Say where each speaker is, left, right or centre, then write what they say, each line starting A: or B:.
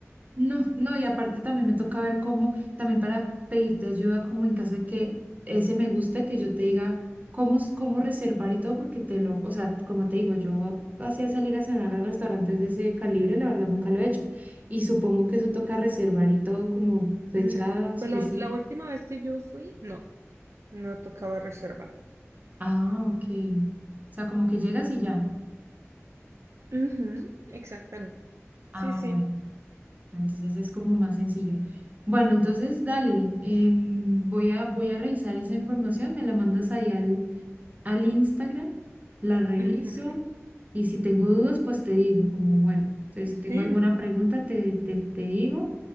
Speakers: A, on the right (about 30°); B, on the right (about 65°).
A: No, no, y aparte también me toca ver cómo, también para pedirte ayuda, como en caso de que ese me guste, que yo te diga cómo, s- cómo reservar y todo, porque te lo, o sea, como te digo, yo hacía salir a cenar a restaurantes de ese calibre, la verdad nunca lo he hecho. Y supongo que eso toca reservar y todo como fecha
B: Mm,
A: específica.
B: Pues la la última vez que yo fui, no, no tocaba reservar.
A: Ah, ok. O sea, como que llegas y ya.
B: Ujú, exactamente.
A: Ah,
B: Sí, sí.
A: bueno. Entonces es como más sencillo. Bueno, entonces dale, em, voy a, voy a revisar esa información, me la mandas ahí al al Instagram, la reviso
B: Ujú,
A: y si tengo dudas, pues te digo, como bueno, si si tengo
B: sí.
A: alguna pregunta, te, te, te digo